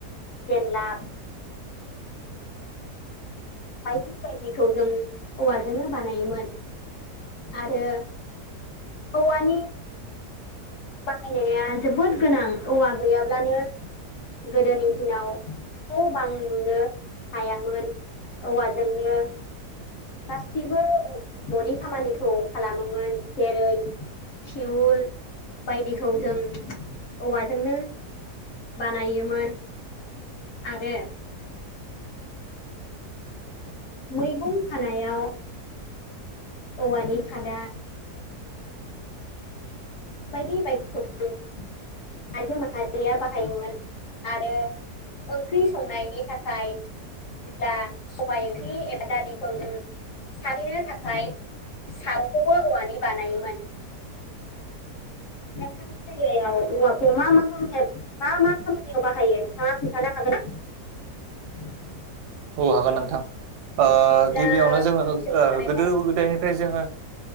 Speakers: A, on the left; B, on the right.
A: जेनलाब बायदि बायदिखौ जों औवाजोंनो बानायोमोन आरो औवानि बाहायनाया जोबोद गोनां औवा गैयाब्लानो गोदोनि दिनाव न' बां नुनो हायामोन। औवाजोंनो गासैबो न'नि खामानिखौ खालामोमोन जेरै थिउल बायदिखौ जों औवाजोंनो बानायोमोन आरो मैगं खानायाव औवानि खादा बायदि बायदि <unintelligible> आयजो माहारिया बाहायोमोन आरो ओंख्रि संनायनि थाखाय जेब्ला सबाय ओंख्रि एबा दा दैखौ जों सारिनो थाखाय साउखौबो औवानि बानायोमोन। <inaudible> नोंथांनि जायगायाव औवाखौ मा मा माह मा मा खामानियाव बाहायो नोंथाङा खोन्थानो हागोन ना? <inaudible>
B: औ हागोन नोंथां ओ
A: बिदिब्ला
B: गिबियावनो
A: फंनैसो
B: जोङो
A: खोन्थानायसाय
B: गोदो गोदायनिफ्राय जोङो